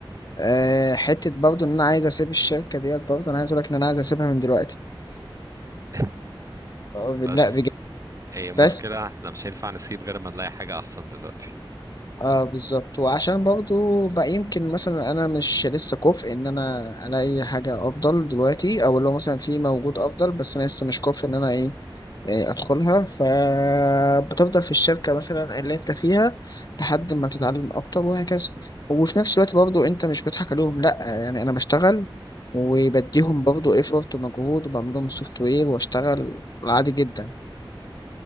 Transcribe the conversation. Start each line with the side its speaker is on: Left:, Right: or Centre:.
Left: أه حتة برضه إن أنا عايز أسيب الشركة ديت برضه أنا عايز أقول لك إن أنا عايز أسيبها من دلوقتي
Right: <laughs>
Left: أه،
Right: بس
Left: لا بجد
Right: هي المشكلة
Left: بس
Right: احنا مش هينفع نسيب غير ما نلاقي حاجة أحسن دلوقتي
Left: اه بالظبط وعشان برضو بقى يمكن مثلا انا مش لسه كفء ان انا الاقي حاجه افضل دلوقتي او لو مثلا في موجود افضل بس انا لسه مش كفء ان انا ايه إيه ادخلها فبتفضل في الشركه مثلا اللي انت فيها لحد ما تتعلم اكتر وهكذا وفي نفس الوقت برضو انت مش بتضحك عليهم لا يعني انا بشتغل وبديهم برضو ايفورت ومجهود وبعمل لهم سوفت وير واشتغل عادي جدا